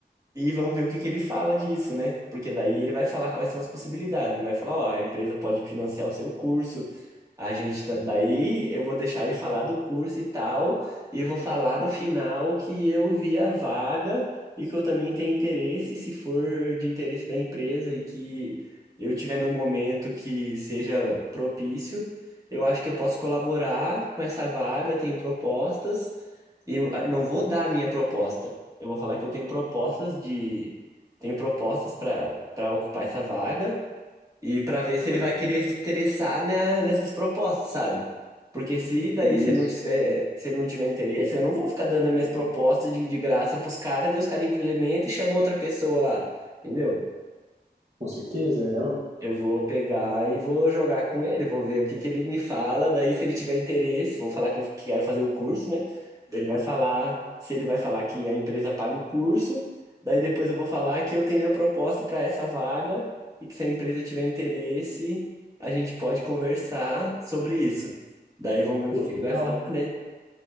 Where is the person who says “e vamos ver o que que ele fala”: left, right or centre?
Right